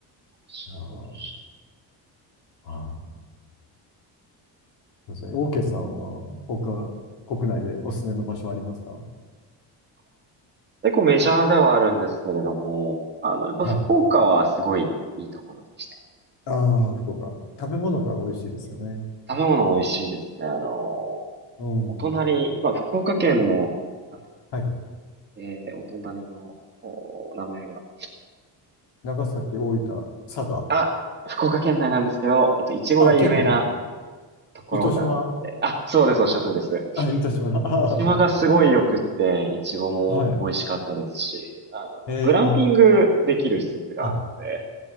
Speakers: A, on the right (about 25°); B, on the left (about 65°).
A: すごいです。
B: い。いやーはい。そうですね。オーケーさんは、他、国内でおすすめの場所ありますか
A: 結構メジャーではあるんですけれども、あの、やっぱ福岡はすごいいいところでした。
B: はい。ああ、福岡。食べ物が美味しいですよね。
A: 食べ物美味しいですね。あの、お隣、
B: うん。
A: まあ、福岡県の、なんだ
B: はい。
A: えーお隣の、お名前が、
B: 長崎、大分、佐賀。
A: あ、福岡県内なんですけど、えっと、いちごが有名な
B: あ、県内
A: ところがあって、
B: 糸島、
A: あ、そうです、おっしゃる通りです。
B: あ、糸島、<laughs> あー
A: 福島がすごい良くって、いちごも美味しかったですし、
B: はい。
A: あの、
B: えー、
A: グランピングできる施設があって、
B: はい、